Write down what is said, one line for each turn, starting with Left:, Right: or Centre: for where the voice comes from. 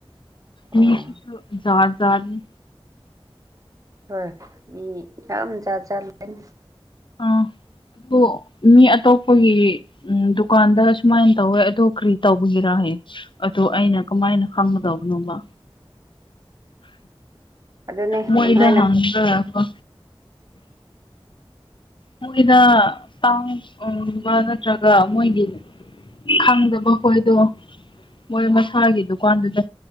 Right: ꯑꯣ
Left: ꯃꯤꯁꯤꯁꯨ ꯖꯥꯠ ꯍꯥꯠꯅꯦ
Right: ꯍꯣꯏ ꯃꯤ ꯌꯥꯝ ꯆꯥꯠ ꯆꯥꯠ ꯂꯩ
Left: ꯑꯥ ꯑꯗꯨ ꯃꯤ ꯑꯇꯣꯞꯄꯒꯤ ꯎ ꯗꯨꯀꯥꯟꯗ ꯁꯨꯃꯥꯏꯅ ꯇꯧꯋꯦ ꯑꯗꯨ ꯀꯔꯤ ꯇꯧꯕꯒꯤꯔꯥ ꯑꯗꯨ ꯑꯩꯅ ꯀꯃꯥꯏꯅ ꯈꯪꯒꯗꯧꯕꯅꯣꯕ
Right: ꯑꯗꯨꯅꯦ
Left: ꯃꯣꯏꯗ
Right: ꯑꯗꯨꯝꯍꯥꯏꯅ
Left: ꯍꯪꯒꯗꯕꯀꯣ ꯃꯣꯏꯅ ꯇꯥꯡꯕ ꯅꯠꯇ꯭ꯔꯒ ꯃꯣꯏꯒꯤ ꯈꯪꯗꯕ ꯍꯣꯏꯗꯣ ꯃꯣꯏ ꯃꯁꯥꯒꯤ ꯗꯨꯀꯥꯟꯗꯨꯗ